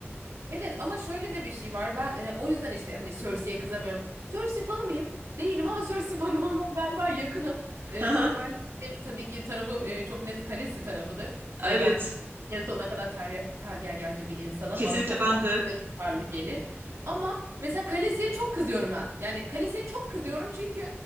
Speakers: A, on the right (about 90°); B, on the right (about 55°).
A: Evet ama şöyle de bir şey var. Ben e, o yüzden işte hani Cersei'ye kızamıyorum. Cersei fanı mıyım? Değilim ama <laughs> Cersei fanı olmaya galiba yakınım. E,
B: <laughs>
A: normal benim tabii ki tarafım e, çok net Kalesi tarafıdır.
B: Evet,
A: E, ben en sonuna kadar ter, Targaryenci bir insanım.
B: kesinlikle
A: Bana çok
B: ben
A: mantıklı
B: de.
A: ve tutarlı gelir. Ama mesela Kalesi'ye çok kızıyorum ben. Yani Kalesi'ye çok kızıyorum çünkü